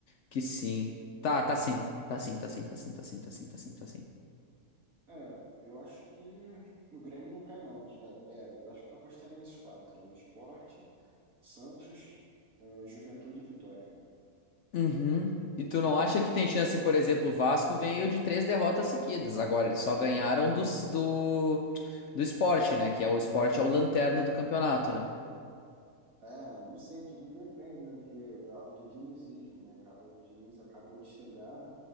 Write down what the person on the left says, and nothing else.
que sim. Tá, tá sim. Tá sim, tá sim, tá sim, tá sim, tá sim, tá sim, tá sim.
Uhum. E tu não acha
que tem chance, por exemplo, o Vasco veio de três derrotas seguidas. Agora, eles só ganharam do, do, do Sport, né? Que é o Sport, é o lanterna do campeonato, né?